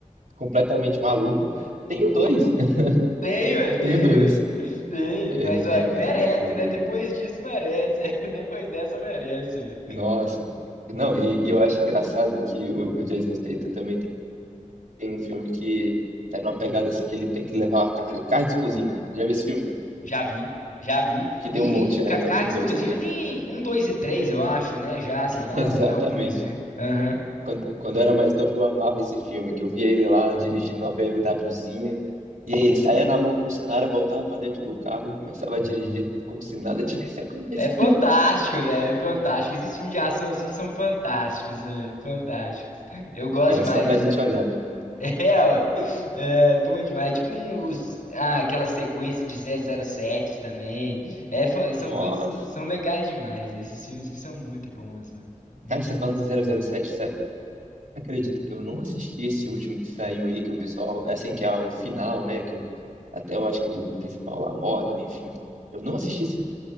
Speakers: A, on the right (about 80°); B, on the left (about 85°).
A: completamente maluco, tenho dois. <laughs>
B: Tem, velho, tem,
A: Tenho dois.
B: velho. Tem,
A: É,
B: mas,
A: não,
B: ó, merece,
A: cara, que loucura.
B: né? Depois disso, merece. <laughs> Depois dessa, merece, velho.
A: Nossa. Não, e, e eu acho engraçado que o, o Jason Statham também tem, tem um filme que é numa pegada assim que ele tem que levar uma carga, carga explosiva. Já vi esse filme?
B: Já vi, já vi.
A: Que
B: E,
A: tem um monte,
B: e ca-
A: né? Tem
B: carga
A: um,
B: explosiva
A: dois, três.
B: tem um, dois e três, eu acho, né? Já,
A: <laughs>
B: sei lá,
A: Exatamente.
B: tem alguns, né? Aham.
A: Quando, quando eu era mais novo, eu amava esse filme, que eu via ele lá dirigindo uma BMWzinha. E aí ele saía na mão com os caras, voltava pra dentro do carro e começava a dirigir como se nada tivesse <laughs> acontecido.
B: É fantástico, velho. É fantástico. Esses filmes de ação assim são fantásticos, velho. Fantásticos. Eu gosto
A: É,
B: demais.
A: só pra gente
B: <laughs>
A: olhar mesmo.
B: É, ué. É bom demais. Tipo um, os- ah, aquela sequência de 007 também. É, fa- são
A: Nossa.
B: coisas, são legais demais. Esses filmes assim, são muito bons, mano. Muito
A: Cara, você
B: bons.
A: falando de 007, você acredita que eu não assisti esse último que saiu aí, que o pessoal, assim, que é o final, né? Que o- até eu acho que o principal lá morre, enfim. Eu não assisti esse